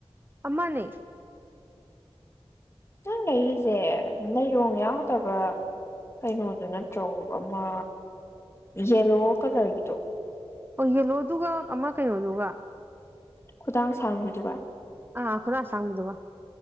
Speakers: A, on the right; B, on the left.
A: ꯑꯃꯅꯦ
B: ꯅꯪ ꯂꯩꯔꯤꯁꯦ ꯂꯩꯔꯣꯡ ꯌꯥꯎꯗꯕ ꯀꯩꯅꯣꯗꯨ ꯅꯠꯇ꯭ꯔꯣ ꯑꯃ ꯌꯦꯂꯣ ꯀꯂꯔꯒꯤꯗꯣ
A: ꯑꯣ ꯌꯦꯂꯣꯗꯨꯒ ꯑꯃ ꯀꯩꯅꯣꯗꯨꯒ
B: ꯈꯨꯗꯥꯡ ꯁꯥꯡꯕꯤꯗꯨꯒ
A: ꯑ ꯈꯨꯗꯡꯥꯥ ꯑꯁꯥꯡꯕꯤꯗꯨꯒꯥ